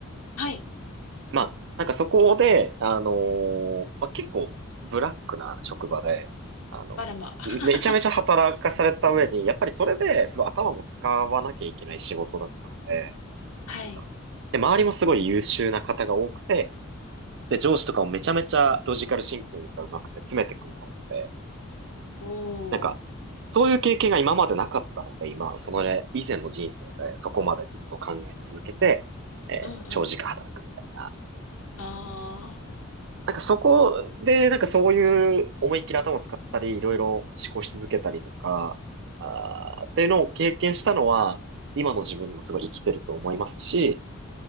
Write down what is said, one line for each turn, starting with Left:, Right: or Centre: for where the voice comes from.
Left: はい、
Right: まあ、なんかそこで、あのーまあ、結構ブラックな職場で、あのー
Left: あらま。<laughs>
Right: めちゃめちゃ働かされた上に、やっぱりそれですごい頭も使わなきゃいけない仕事だったので、
Left: はい。
Right: なんかで、周りもすごい優秀な方が多くて、で、上司とかもめちゃめちゃロジカルシンキングが上手くて詰めてくるタイプで、
Left: おー、
Right: なんか、そういう経験が今までなかったので、今、そのね、以前の人生でそこまでずっと考え続けて、えー長時間働くみたいな
Left: うんうん。あー。
Right: なんかそこで、なんかそういう思いっきり頭を使ったり、いろいろ思考し続けたりとか、あーっていうのを経験したのは、今の自分にもすごい生きてると思いますし、